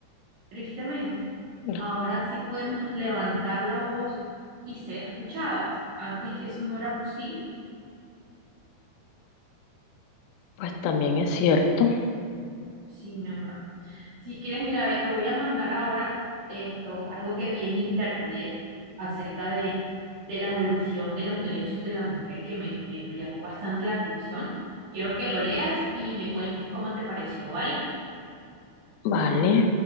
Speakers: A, on the right; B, on the left.
A: tristemente.
B: Pues
A: Ahora sí podemos levantar la voz y ser escuchadas. Antes eso no era posible.
B: pues también es cierto,
A: Sí, mi amor. Si quieres, mira, ve, te voy a mandar ahora esto, algo que vi en internet acerca de, de la evolución de los derechos de la mujer, que me, me me llamó bastante la atención. Quiero que lo leas y me cuentes cómo te pareció, ¿vale?
B: vale.